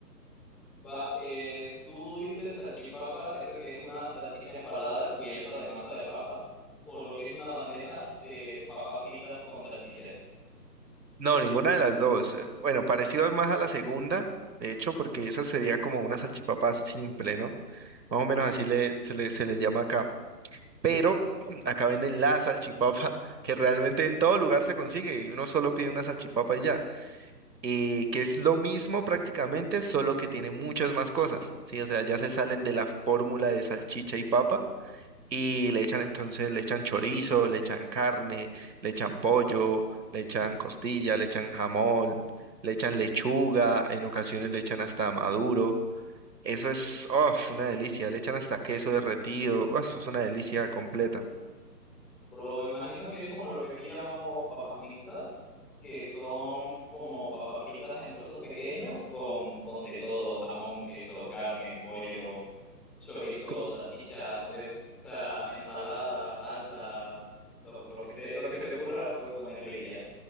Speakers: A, in the centre; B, on the right.
A: Va, eh, tú dices salchipapa, eso que es una salchicha empalada cubierta de masa de papa, o lo que es una bandeja de papas fritas con salchichas.
B: No, ninguna de las dos. Eh, Bueno, parecido más a la segunda, de hecho, porque esa sería como una salchipapa simple, ¿no? Más o menos así le, se le, se le llama acá. Pero <clears throat> acá venden la salchipapa, <laughs> que realmente en todo lugar se consigue y uno solo pide una salchipapa y ya. eh, que es lo mismo prácticamente, solo que tiene muchas más cosas, ¿sí? O sea, ya se salen de la fórmula de salchicha y papa y le echan entonces, le echan chorizo, le echan carne, le echan pollo, le echan costilla, le echan jamón, le echan lechuga, en ocasiones le echan hasta maduro. Eso es, uf, una delicia, le echan hasta queso derretido, uf, eso es una delicia completa.
A: Bro, imagino que es como lo que aquí llamamos papas mixtas, que son como papas fritas en trozos pequeños con, con de todo, jamón, queso, carne, pollo, chorizo,
B: Cu-
A: salchichas, de, o sea, ensaladas, salsas, lo, lo que se, lo que se te ocurra, pues ponerle y ya.